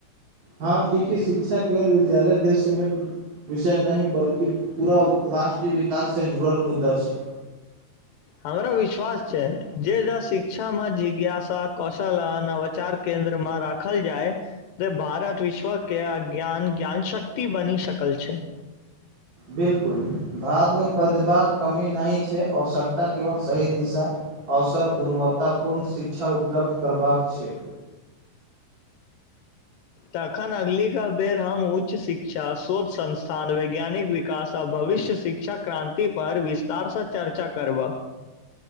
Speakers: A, on the right; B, on the left.
A: हँ की की शिक्षा केवल विद्यालय धृढ़ सीमित विषय नहि बल्कि पूरा राष्ट्रीय विकाससँ जुड़ल मुद्दा छै
B: हमरा विश्वास छै जे शिक्षा मे जिज्ञासा कौशल नवाचार केन्द्र मे राखल जाइ जे भारत विश्व के अज्ञान ज्ञान शक्ति बनी सकल छै
A: बिलकुल भारतमे प्रतिभा कमी नहि छै आवश्यकता केवल सही दिशा अवसर गुणवत्तापूर्ण शिक्षा उपलब्ध करबाक छै
B: तखन अगिला बेर हम उच्च शिक्षा शोध संस्थान वैज्ञानिक विकास आ भविष्य शि क्षा क्रान्ति पर विस्तारसँ चर्चा करबह